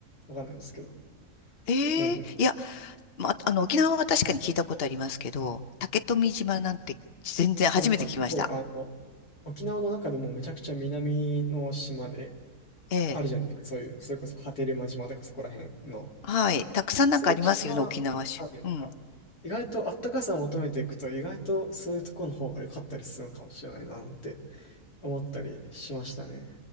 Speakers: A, on the left (about 75°); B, on the left (about 45°).
A: わかんないですけど。
B: ええ。
A: なんで、
B: いや、ま、あの、沖縄は確かに聞いたことありますけど、竹富島なんて全然初めて聞きました。
A: そう、なんかすごい、あの、沖縄の中でもめちゃくちゃ南の島で、
B: ええ。
A: あるじゃないですか、そういう、それこそ波照間島とかそこら辺の、
B: はい。たくさんなんかありますよね、
A: そういう島、
B: 沖縄市。
A: はい、なんか、
B: うん。
A: 意外とあったかさを求めていくと、意外とそういうところの方が良かったりするのかもしれないな、なんて思ったりしましたね。